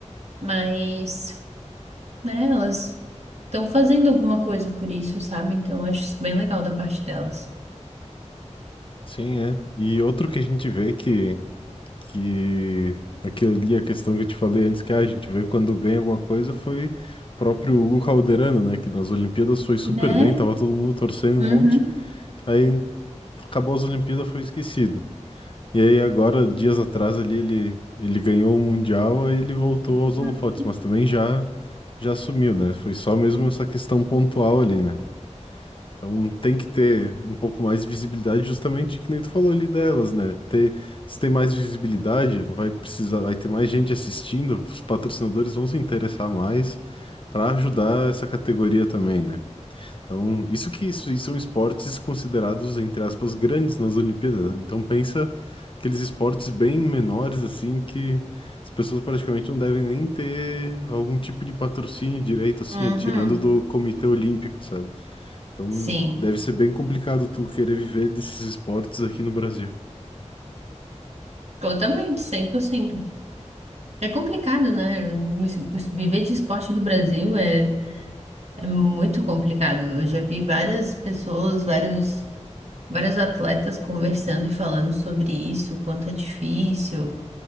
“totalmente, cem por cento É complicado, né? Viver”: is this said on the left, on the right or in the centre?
Right